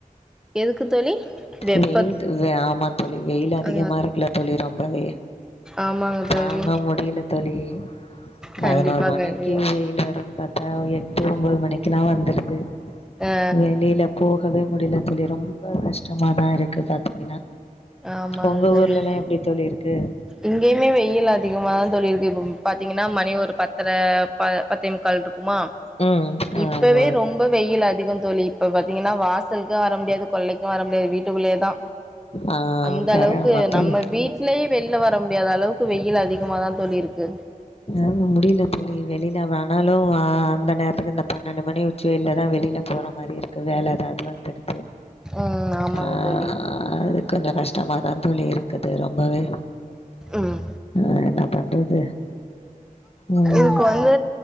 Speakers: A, in the centre; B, on the left.
A: எதுக்கு தோழி வெப்ப
B: வெயில் ஆமா தோழி வெயில் அதிகமா
A: ஆ
B: இருக்குல தோழி ரொம்பவே
A: ஆமாங்க தோழி
B: தாங்க முடியல தோழி
A: கண்டிப்பா
B: பதினோரு மணிக்கு
A: கண்டிப்பா
B: வெயில் வரும் பாத்தா எட்டு ஒன்பது மணிக்குலா வந்துடுது
A: ஆ
B: வெளில போகவே முடியல தோழி ரொம்ப கஷ்டமா த இருக்கு பாத்தீங்கன்னா
A: ஆமாங்க
B: உங்க
A: தோழி
B: ஊர்ல எல்லா எப்டி தோழி இருக்கு
A: இங்கேயுமே வெயில் அதிகமாக தா தோழிருக்கு இப்போ பாத்தீங்கன்னா மணி ஒரு பத்தர ப பத்தே முக்கால் இருக்குமா
B: ம்
A: இப்பவே
B: ஆமா
A: ரொம்ப வெயில் அதிக தோழி இப்ப பாத்தீங்கன்னா வாசலுக்கு வர முடியாது கொள்ளைக்கு வர முடியாது வீட்டுக்குள்ளே தா
B: ஆ
A: அந்த
B: கர
A: அளவுக்கு
B: ஆமா
A: நம்ம
B: தோழி
A: வீட்லேயே வெளில வர முடியாத அளவுக்கு வெயில் அதிகமாதா தோழி இருக்கு
B: அது முடியல தோழி வெளியில அவ ஆனாலு அந்த நேரத்துக்கு இந்த பன்னெண்டு மணி உச்சி வெயில்ல தா வெளியில போகிற மாரி இருக்கு வேல எதாது வந்துடுது
A: உம் ஆமாங்க
B: ஆ
A: தோழி
B: அது கொஞ்ச கஷ்டமாதா தோழி இருக்குது ரொம்பவே
A: ம்
B: ஆ என்ன பண்றது ம்
A: இதுக்கு வந்து